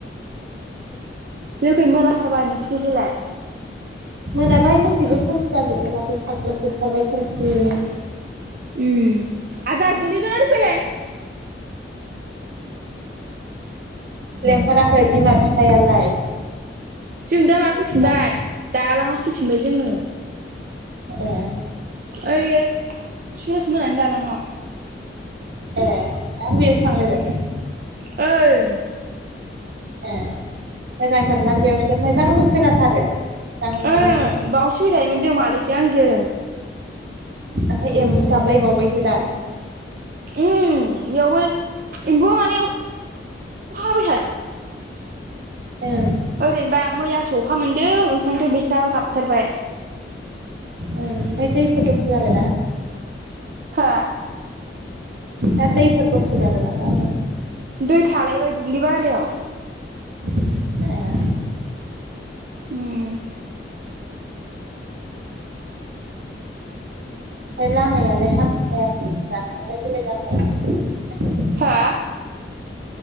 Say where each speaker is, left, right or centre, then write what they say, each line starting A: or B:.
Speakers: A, on the right; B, on the right.
A: जोंखौै मोनाथारबाय नोंसिनिखैलाय।
B: मोनाबाय जोंथिबो खोमसि जाजोबाय माथो साख्लबजोबथारबाय खोमसियैनो।
A: उम आजा गोलैगोन ओरै फैलाय।
B: लेंहराखै बिमा बिफायालाय।
A: जों दा माय
B: नोंसिना
A: फैफिनबाय दालांङावसो फैफिनबाय जोंङो।
B: ए।
A: ओययो सुरस मोननानि दालांआव। <unintelligible>
B: ए आरो बेयावसो थांलायबाय
A: ऐ।
B: ए मोजांथारमोन बेयावसो मोजांबो खोनाथारो। स्रांनो
A: ओ बावसो फैबाय थायोमोन जों मादैजों आंजों।
B: ओहै एम्बु गाबलायबावबायसो दा।
A: उम इयावबो एम्बु माने अखा हाबाय थादों
B: उम।
A: ओरैनोबा मैयासो अखा मोनदों ओंखायनोथ' बिस्रा गाबथारबाय।
B: ओ ओमफाय दैफोर दंसो गारोना?
A: हा।
B: दा दैफोर दंसो गारो नामा होनदों
A: दै थालायबाय दुब्लि बारियाव।
B: ए।
A: उम।
B: ओमफाय लामायालाय हाब्रु जायाखै नोंसिना थांलाय फैलाय जाग्राया?
A: हा?